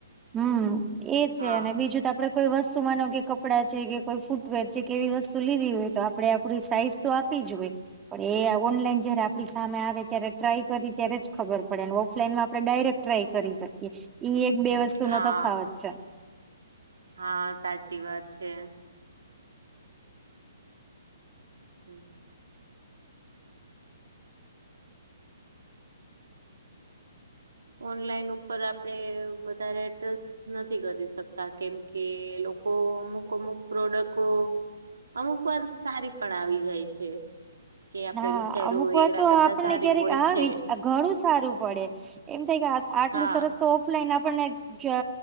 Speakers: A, on the right; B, on the right.
A: હમ, એ છે
B: હા
A: અને બીજું આપડે કોઈ વસ્તુ માનો કે કપડાં છે કે કોઈ ફૂટવેર છે, કેવી વસ્તુ લીધી હોય તો આપણે આપડે આપડી સાઈઝ તો આપી જો હોય. પણ એ ઓનલાઈન જયારે આપણી સામે આવે ત્યારે ટ્રાય કરી ત્યારે જ ખબર પડે, અને ઓફલાઈનમાં આપણે ડાયરેક્ટ ટ્રાય કરી શકીએ, ઈ એક બે
B: હમ
A: વસ્તુ નો
B: હા
A: તફાવત છે.
B: હા, સાચી વાત છે. હમ. ઓનલાઈન ઉપર આપણે વધારે એડ્રેસ નથી કરી શકતા, કેમકે લોકો અમુક અમુક પ્રોડક્ટ અમુક વાર સારી પણ આવી જાય છે. કે આપડે
A: હા,
B: વિચાર્યું
A: અમુક
B: હોય
A: વાર
B: એના
A: તો
B: કરતા
A: આપણને
B: સારી
A: ક્યારેક
B: હોય
A: આવી
B: છે
A: જ ઘણું સારું પડે એમ થાય કે આટલું
B: હા
A: સરસ તો ઓફલાઈન આપણે આપને